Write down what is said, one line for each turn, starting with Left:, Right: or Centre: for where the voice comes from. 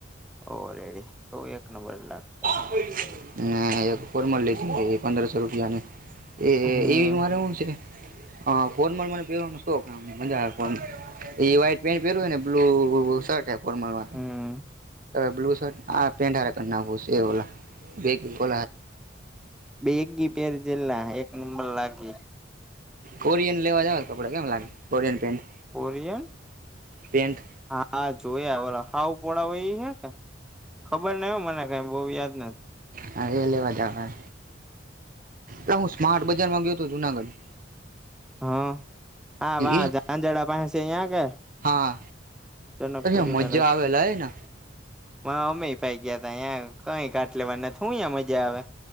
Centre: ઓ રેડી તો એક નંબર લાગતો.
Right: હ એક ફરમલ લીધી પંદરસો રૂપિયા ની. એ
Centre: હમ
Right: એવી મારે શું છે ફોર મને પવાનો શોખ મજા આવે. એ વ્હાઈટ પેન્ટ પહેરવય ને બ્લુ શર્ટ ફનરવા.
Centre: હમ.
Right: ત બ્લુ શર્ટ આ પેન્ટ હ નાખું એ ઓ બે હ.
Centre: બે એકી પેર જેલા એક નંબર લાગી.
Right: કોરિયન લેવા જાવ કપડા કેમ લાગે કોરિયન પેન્ટ
Centre: કોરિયન
Right: પેન્ટ.
Centre: હા જોયા બોલો હાવ પળાવય એ હ કે ખબર નહ હોય મને કઈ બહવ યાદ નથી.
Right: હા એ લેવા જવા એટ હું સ્માર્ટ બજારમાં ગયો હતો જુનાગઢ.
Centre: હ હા વાહ
Right: એક
Centre: જાંજડા પા છે અહં કે.
Right: હા
Centre: જનકપુરી
Right: અ મજા
Centre: ના રસ્તે
Right: આવેલા હ ને.
Centre: અમેય પાઈ ગયા તા તં કઈ કાટ લેવાના હું ં મજા આવે.